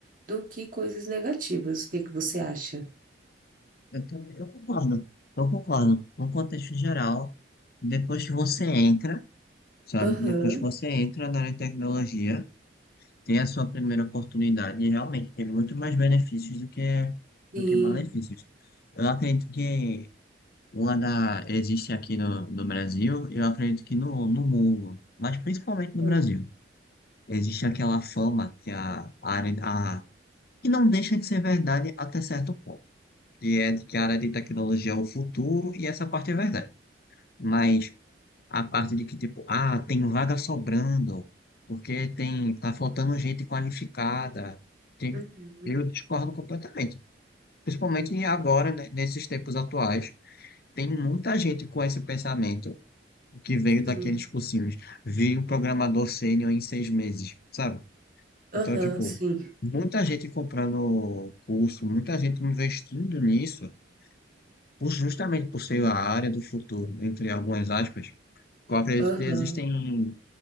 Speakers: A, on the right (about 45°); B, on the left (about 55°).
A: do que coisas negativas. O que que você acha?
B: Eu também, eu concordo, eu concordo. No contexto geral, depois que você entra, sabe?
A: Aham,
B: Depois que você entra na área de tecnologia, tem a sua primeira oportunidade e realmente tem muito mais benefícios do que
A: sim.
B: do que malefícios. Eu acredito que Uma da existe aqui no, no Brasil, eu acredito que no, no mundo, mas principalmente
A: Aham,
B: no Brasil. Existe aquela fama que a, a área a, que não deixa de ser verdade até certo ponto, que é de que a área de tecnologia é o futuro e essa parte é verdade. Mas a parte de que tipo, ah, tem vaga sobrando, porque tem tá faltando gente qualificada, tem,
A: uhum,
B: eu discordo completamente. Principalmente agora, né, nesses tempos atuais, tem muita gente com esse pensamento que veio
A: sim.
B: daqueles cursinhos. vi um programador sênior em seis meses, sabe?
A: Aham,
B: Então, tipo,
A: sim.
B: muita gente comprando curso, muita gente investindo nisso, por- justamente por ser a área do futuro, entre algumas aspas. Eu acredito
A: Aham,
B: que existem,